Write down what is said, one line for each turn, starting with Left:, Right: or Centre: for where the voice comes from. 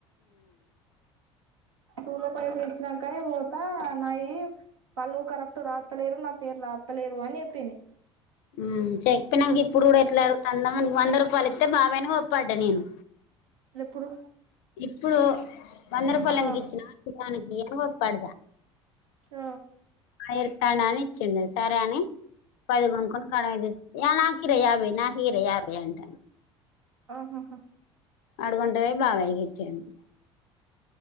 Right: కూళ్ల పైసలు ఇచ్ ఇచ్చినాక పోత నాయి వాళ్ళు కరెక్ట్ రాత్తలేరు నా పేరు రాత్తలేరు అని చెప్పింది
Left: ఉమ్ చెప్పినక ఇప్పుడు కూడా ఎట్లా అడుగుతన్నాం వంద రూపాయలు ఇస్తే బా పోయినవ్ పడ నేను
Right: ఎప్పుడు
Left: ఇప్పుడు వంద రూపాయల
Right: ఆ
Left: ఎందుకొచ్చినావ్ కుకానికీ హు పడుదా
Right: ఆ
Left: ఏడ్తన్నావని ఇచ్చినది సరే అని పదికొంట కాడ యా నకిర యాభైయి నా కీరె యాభై అంటాంది
Right: ఓహోహో
Left: అడుగుంట పోయి బాబాయ్ కిచింద్